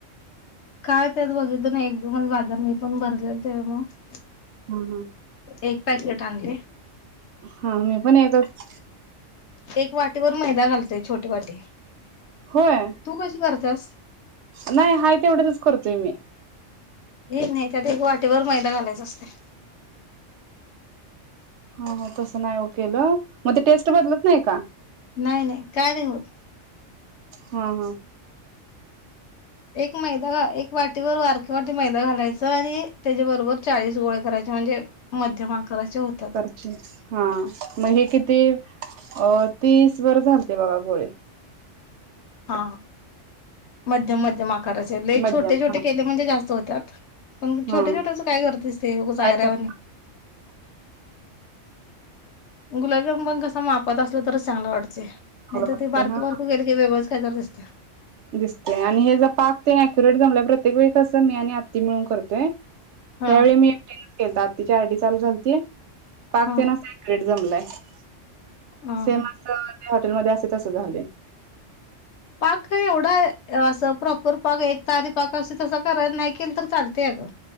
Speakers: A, on the left; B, on the right.
A: काय? तेच बघितल नाही. बाजार मी पण भरले ते मग
B: ह ह
A: एक पॅकेट
B: हा हा मी पण एकच
A: एक वाटीवर मैदा घालतोय, छोटी वाटी
B: होय
A: तू कशी कर दस
B: नाही, हाय तेवढ्यातच करतोय मी.
A: हे <unintelligible> नाही त्यात एक वाटीवर मैदा घालायचा असतयं.
B: ह, ह तसं नाही ओ केलं, म ते टेस्ट बदलत नाही, का?
A: नाही, नाही, काय नाही होत.
B: हा, हा
A: एक मैदा एक वाटीवर वारक वाटी मैदा घालायचं, आणि त्याच्याबरोबर चाळीस गोळे करायचे म्हणजे, मध्यम आकाराचे होतात
B: करते, हा म हे किती? अ, तीस वर झालते बघा गोळे.
A: हा, मध्यम, मध्यम करायचयं लय
B: मध्यम
A: छोटे, छोटे
B: हा
A: केले म्हणते, जास्त हो त्यात पण
B: हा
A: छोट्या, छोट्याच काय करतेस, ते उगाचं
B: काय
A: ऐऱ्यावानी.
B: कराव
A: गुलाबजाम पण कस माप होत असलं तरच चांगलं वाटतय. नाही
B: वाटते
A: तर ते बारकं
B: हा
A: बारकं केलं की व्यवस्थ त्याचावर दिसत.
B: दिसते आणि हे जर पाक कीनाय अक्युरेट जमला प्रत्येक वेळी कसं मी आणि आत्ती मिळून करतोय?
A: हा
B: हयावेळी मी एकटिनच केलंत, आत्ती गाडी चालू झालती पाक
A: हा
B: ते ना अक्यूरेट जमलाय. <unintelligible>
A: हा
B: सेम
A: हा
B: असंच हॉटेलमध्ये असत तस झालेय.
A: पाक त एवढा अस प्रॉपर पाक एक तारी पाक असे तस कराय नाही केल तर चालतय अग